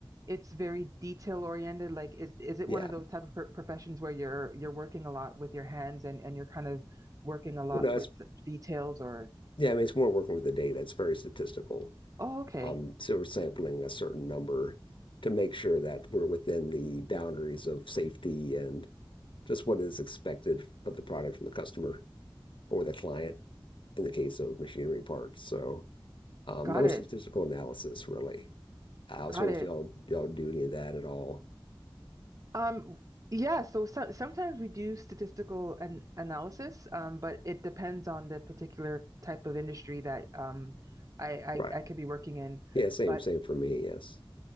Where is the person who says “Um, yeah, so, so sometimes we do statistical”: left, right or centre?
Right